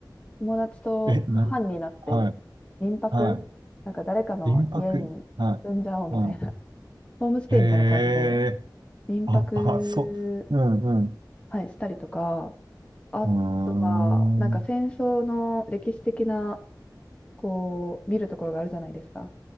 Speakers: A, on the left (about 15°); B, on the right (about 75°).
A: 友達と班になって民泊、
B: え、なん、はい。は
A: なんか誰かの家に住んじゃおうみたいな、
B: い。民泊。はい。は
A: <laughs> ホームステイみたいな感じで
B: い。へえ。
A: 民泊、
B: あ、あ、そう。うん、
A: はい、したりとか、あとは、
B: うん。
A: なんか戦争の歴史的な、
B: うーん。
A: こう、見るところがあるじゃないですか。